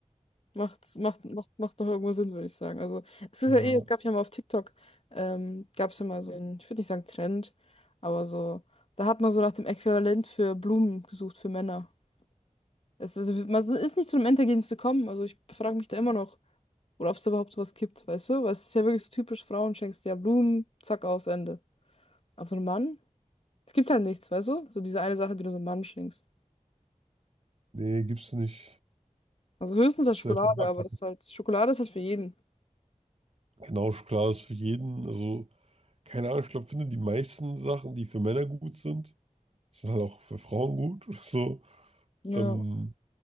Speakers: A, on the left; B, on the right.
A: Macht, macht, macht, macht doch irgendwo Sinn, würde ich sagen. Also, es ist
B: Ja,
A: ja eh, es gab ja mal auf TikTok, ähm, gab es ja mal so einen, ich würde nicht sagen Trend, aber so, da hat man so nach dem Äquivalent für Blumen gesucht, für Männer. Es, also, man ist nicht zu einem Endergebnis gekommen. Also, ich frage mich da immer noch, oder ob es überhaupt sowas gibt, weißt du? Weil es ist ja wirklich so typisch, Frauen schenkst dir ja Blumen, zack, aus, Ende. Aber so ein Mann, es gibt halt nichts, weißt du? So diese eine Sache, die du so einem Mann schenkst.
B: nee, gibt's nicht.
A: Also höchstens
B: Ist
A: als
B: vielleicht
A: Schokolade,
B: ein Markt.
A: aber das ist halt, Schokolade ist halt für jeden.
B: Genau, Schokolade ist für jeden. Also, keine Ahnung, ich glaube, finde die meisten Sachen, die für Männer gut sind, sind halt auch für Frauen gut. <laughs> So,
A: Ja.
B: ähm,